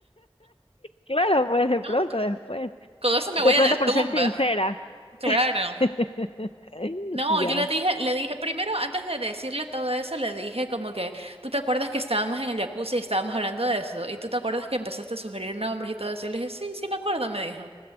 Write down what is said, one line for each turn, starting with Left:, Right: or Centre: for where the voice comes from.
Left: Claro, pues de
Right: No,
Left: pronto
Right: con
Left: después.
Right: con eso me
Left: De
Right: voy a
Left: pronto
Right: la tumba.
Left: por ser sincera.
Right: Claro.
Left: <laughs>
Right: No,
Left: Ya.
Right: yo le dije, le dije, primero, antes de decirle todo eso, le dije como que, ¿tú te acuerdas que estábamos en el jacuzzi y estábamos hablando de eso? ¿Y tú te acuerdas que empezaste a sugerir nombres y todo eso? Y le dije, sí, sí me acuerdo, me dijo.